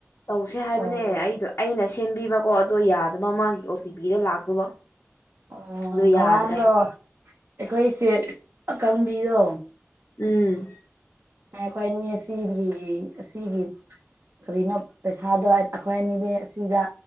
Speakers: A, on the left; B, on the right.
A: ꯇꯧꯁꯦ ꯍꯥꯏꯕꯅꯦ
B: ꯑꯣ
A: ꯑꯩꯗꯣ ꯑꯩꯅ ꯁꯦꯝꯕꯤꯕꯀꯣ ꯑꯗꯣ ꯌꯥꯗꯕ ꯃꯥꯒꯤ ꯑꯣ ꯇꯤ ꯄꯤꯗꯣ ꯂꯥꯛꯇꯕ
B: ꯑꯣ
A: ꯑꯗꯨ
B: ꯉꯔꯥꯡꯗꯣ
A: ꯌꯥꯗ꯭ꯔꯦ
B: ꯑꯩꯈꯣꯏ ꯏꯁꯦ ꯑꯀꯪꯕꯤꯗꯣ
A: ꯎꯝ
B: ꯑꯦ ꯈꯣꯏ ꯅꯦꯁꯤꯗꯤꯒꯤ ꯁꯤꯒꯤ ꯀꯔꯤꯅꯣ ꯄꯩꯁꯥꯗꯣ ꯑꯩꯈꯣꯏ ꯑꯅꯤꯗꯤ ꯑꯁꯤꯗ